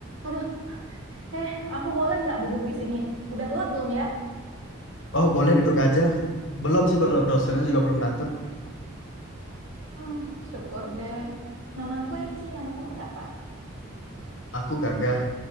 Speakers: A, on the right; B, on the left.
A: Aduh, eh, aku boleh nggak duduk di sini? Udah telat belum ya?
B: Oh, boleh duduk aja. Belum sih, belum dosennya juga belum datang.
A: Hmm, syukur deh. Nama aku Eci, nama kamu siapa?
B: Aku gagah.